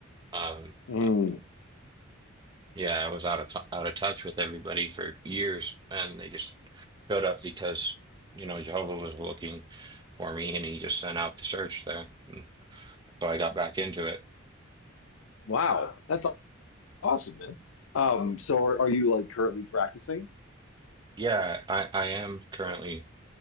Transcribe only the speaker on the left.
Mm,
wow, that's awesome, man. Um, so are, are you like currently practicing?